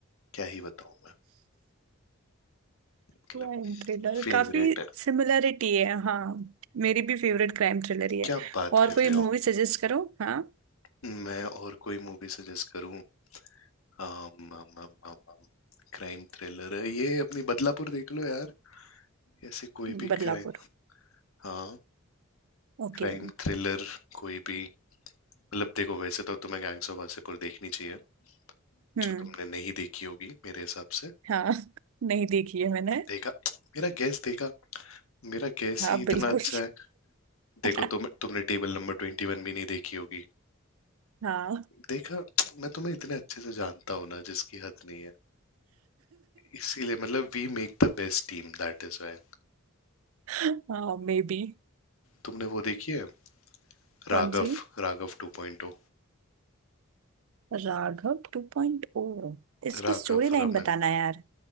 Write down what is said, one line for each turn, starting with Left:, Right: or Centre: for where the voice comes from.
Left: क्या ही बताऊं मैं मतलब
Right: क्राइम थ्रिलर
Left: फेवरेट
Right: काफी
Left: है
Right: सिमिलरिटी है हाँ मेरी भी फेवरेट क्राइम थ्रिलर ही है
Left: क्या बात
Right: और
Left: कर
Right: कोई
Left: रहे हो
Right: मूवी सजेस्ट करो हाँ
Left: मैं और कोई मूवी सजेस्ट करूं आम, आम, आम, आम, आम, क्राइम थ्रिलर है ये अपनी बदलापुर देख लो यार ऐसे कोई भी
Right: बदलापुर
Left: क्राइम हाँ
Right: ओके
Left: क्राइम थ्रिलर कोई भी मतलब देखो वैसे तो तुम्हें गैंग्स ऑफ वासेपुर देखनी चाहिए
Right: हम्म
Left: जो तुमने नहीं देखी होगी मेरे हिसाब से
Right: हाँ नहीं देखी है मैंने
Left: देखा मेरा गैस देखा मेरा गैस
Right: हाँ
Left: ही इतना
Right: बिल्कुल
Left: अच्छा है देखो
Right: <laughs>
Left: तुम तुमने टेबल नंबर ट्वेंटी वन भी नहीं देखी होगी
Right: हाँ
Left: देखा मैं तुम्हें इतने अच्छे से जानता हूँ ना जिसकी हद नहीं है इसीलिए मतलब we make the best team that is why
Right: हाँ मे बी
Left: तुमने वो देखी है राघव
Right: कौन सी
Left: राघव 2.0
Right: राघव टू पॉइंट ओ इसकी
Left: राघव
Right: स्टोरी लाइन
Left: रमन
Right: बताना यार